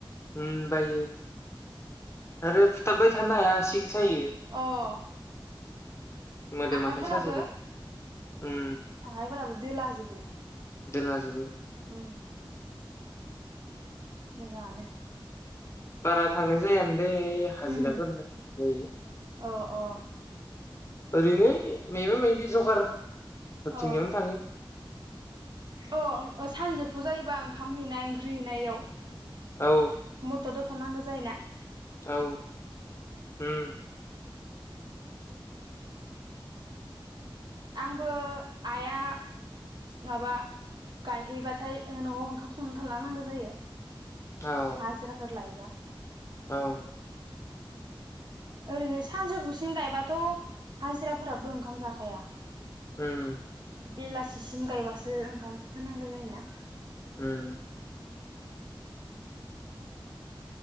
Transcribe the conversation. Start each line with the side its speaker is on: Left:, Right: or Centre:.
Left: ओम बायो आरो फुथाबबाय थानो हाया सिं सायो
Right: अह
Left: मोदोम
Right: आखाइफोराबो
Left: आखाइ साजोबो उम
Right: आखायफोराबो दोलाजोबो
Left: दोलाजोबो
Right: उम मोजाङानो
Left: बारा थांनाय जायानो दे हाजिराफोरनो
Right: उम
Left: <unintelligible> जायो
Right: अ अ
Left: ओरैनो मैबा मैबि जगार हैबथिंनायावनो
Right: अ
Left: थाङो।
Right: अ ओ सानजोबफु जायोबा ओंखाम हैनाय ओंख्रि हैनायाव
Left: औ
Right: थ' दफनांगौ जायो ना
Left: औ ओम
Right: आंबो आइआ माबा गायहैबाथाय ओ न'आव ओंखाम संनानै थालांनांगौ नांगौ जायो।
Left: औ
Right: हाजिराफोर लायोबा
Left: औ
Right: ओरैनो सानजौफुसिम गायबाथ' हाजिराफोराबो ओंखाम जाखाया।
Left: उम
Right: बेलासिसिम गायबासो ओंखाम होनांगौ जायोना।
Left: उम